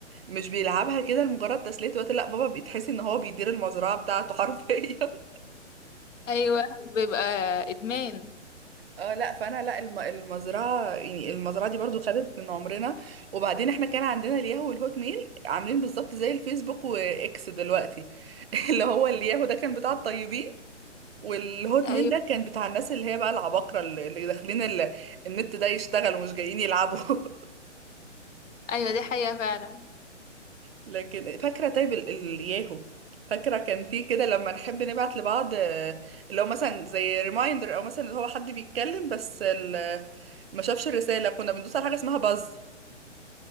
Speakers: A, on the right (about 55°); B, on the left (about 80°).
A: مش بيلعبها كده لمجرد تسلية وقت لا بابا بيتحس ان هو بيدير المزرعة بتاعته حرفيا
B: ايوه بيبقى ادمان
A: اه لا فانا لا الم- المزرعه يعني المزرعه دي برضو خدت من عمرنا وبعدين احنا كان عندنا الياهو والهوت ميل عاملين بالظبط زي الفيسبوك واكس دلوقتي <laughs> اللي هو الياهو ده كان بتاع الطيبين والهوت
B: ايوه
A: ميل ده كان بتاع الناس اللي هي بقى العباقرة اللي اللي داخلين ال- النت ده يشتغلوا مش جايين يلعبوا <laughs>
B: ايوه دي حقيقه فعلا
A: لكن فاكرة طيب ال- الياهو فاكرة كان في كده لما نحب نبعت لبعض آه، اللي هو مثلا زي ريمايندر او مثلا اللي هو حد بيتكلم بس ال- ما شافش الرسالة كنا بندوس على حاجة اسمها باز